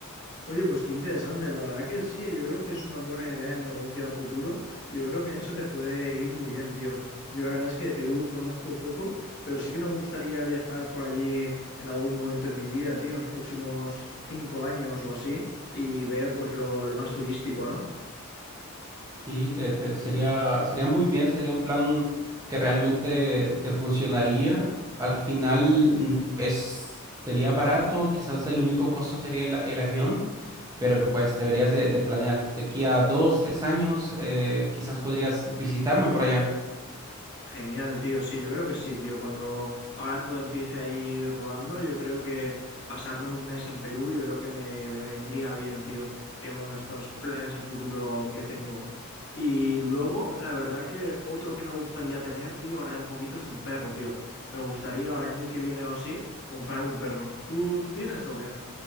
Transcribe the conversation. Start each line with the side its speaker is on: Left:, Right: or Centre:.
Left: Oye, pues qué interesante, la verdad que sí, yo creo que es una buena idea de negocio a futuro y yo creo que en eso te puede ir muy bien, tío. Yo la verdad es que de Perú conozco poco, pero sí que me gustaría viajar por allí en algún momento en mi vida, tío, en los próximos cinco años o así y ver pues lo, lo más turístico, ¿no?
Right: Sí, te- te- sería, sería muy bien, sería un plan que realmente te funcionaría. Al final mm, es, sería barato, quizás el único costo sería el, el avión, pero pues deberías de, de planear de aquí a dos, tres años, eh, quizás podrías visitarme por allá.
Left: Genial, tío. Sí, yo creo que sí, tío. Cuando ahora todo empiece a ir rodando, yo creo que pasarme un mes en Perú, yo creo que me, me vendría bien, tío, en uno de estos planes a futuro que tengo. Y luego, la verdad que otro que me gustaría tener, tío, ahora en poquito es un perro, tío. Me gustaría ahora año que viene o así comprarme un perro. ¿Tú, tú tienes o qué?